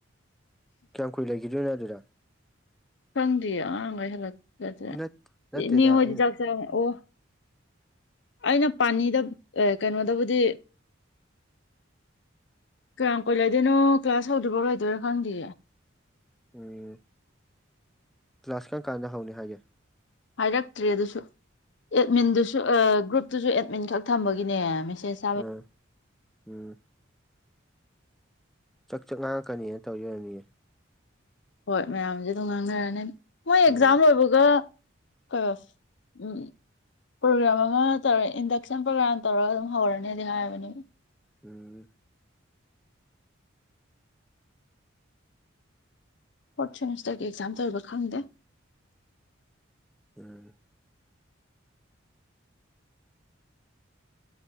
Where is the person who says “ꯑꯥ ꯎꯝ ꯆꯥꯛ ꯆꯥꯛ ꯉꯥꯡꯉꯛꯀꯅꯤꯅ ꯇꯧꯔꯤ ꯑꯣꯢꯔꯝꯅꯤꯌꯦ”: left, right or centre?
Centre